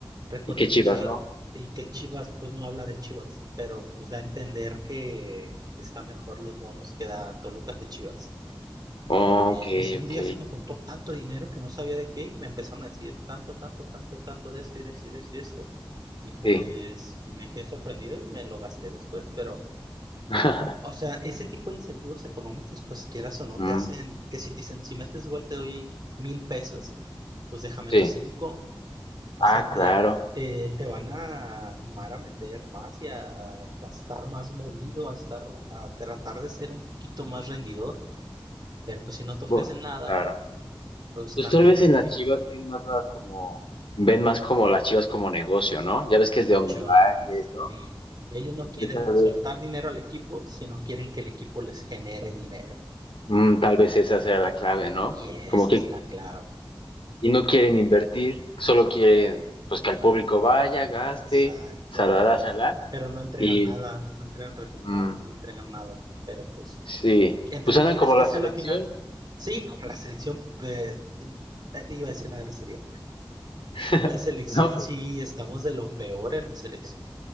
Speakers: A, on the right (about 45°); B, on the left (about 75°).
A: Recuerdo
B: ¿Y qué
A: escuchar
B: Chivas, no?
A: y que Chivas, pues no habla de Chivas, pero pues da a entender que está mejor los bonos que da Toluca que Chivas.
B: Ok,
A: Eh, dice, un
B: ok.
A: día se me juntó tanto dinero que no sabía de qué y me empezaron a decir tanto, tanto, tanto, tanto de esto y de esto y de esto y de esto. Y pues
B: Sí.
A: me quedé sorprendido y me lo gasté después, pero,
B: <laughs>
A: o sea, ese tipo de incentivos económicos, pues quieras o no,
B: Mm,
A: te hacen que si te dicen, si metes gol te doy mil pesos, pues déjame
B: sí.
A: tus cinco. O
B: Ah,
A: sea,
B: claro.
A: te, te, te van a animar a meter más y a, a estar más movido, a estar, a tratar de ser un poquito más rendidor, pero pues si no te ofrecen
B: Bu-
A: nada,
B: claro.
A: pues
B: Pues
A: también
B: tal vez en las
A: que
B: Chivas tienen más la como, ven más como las Chivas como negocio, ¿no? Ya
A: mucho.
B: ves que es de OmniLife
A: Sí.
B: y eso.
A: Ellos no
B: Entonces
A: quieren
B: tal vez,
A: soltar dinero al equipo, sino quieren que el equipo les genere dinero.
B: mm, tal vez esa sea la clave, ¿no?
A: Y esa
B: Como que,
A: es la clave.
B: y no quieren invertir, solo quieren, pues que el público vaya, gaste,
A: Exacto.
B: salará, salá.
A: Pero no entregan
B: Y,
A: nada, no entregan resultados,
B: mm,
A: no entregan nada. Pero pues
B: sí.
A: ¿Entre
B: Pues
A: quién
B: andan
A: crees
B: como
A: que
B: la
A: sea
B: selección.
A: la final? Sí, como
B: ¿no?
A: la selección, eh, eh, iba a decir una grosería.
B: <laughs>
A: La selección
B: No, pero
A: sí,
B: sí.
A: estamos de lo peor en la selección.